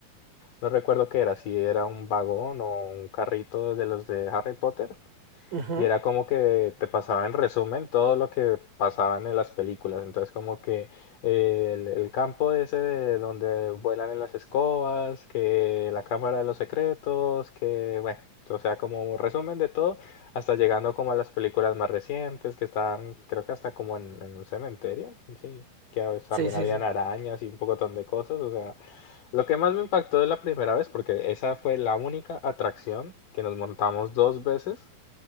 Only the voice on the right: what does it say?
ujú.
Sí,
sí,
sí.